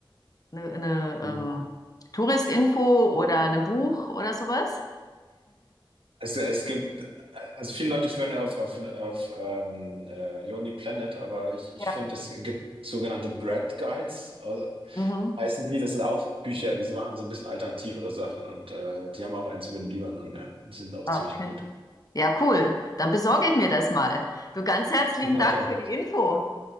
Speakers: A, on the left; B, on the right.
A: Eine, eine
B: Ja.
A: ähm, Touristinfo oder ein Buch oder sowas?
B: Es, es gibt, äh, also viele Leute schwören ja auf, auf, auf ähm, äh, Lonely Planet, aber ich, ich
A: Ja,
B: finde, es gibt sogenannte Bread Guides, also,
A: Mhm.
B: heißen die. Das sind auch Bücher, die machen so ein bisschen alternativere Sachen und äh, die haben auch eins über den Libanon, ja. Die sind auch
A: Ah,
B: ziemlich
A: Okay.
B: gut.
A: Ja, cool. Dann besorge ich mir das mal. Du, ganz herzlichen
B: <laughs> Okay,
A: Dank für die Info.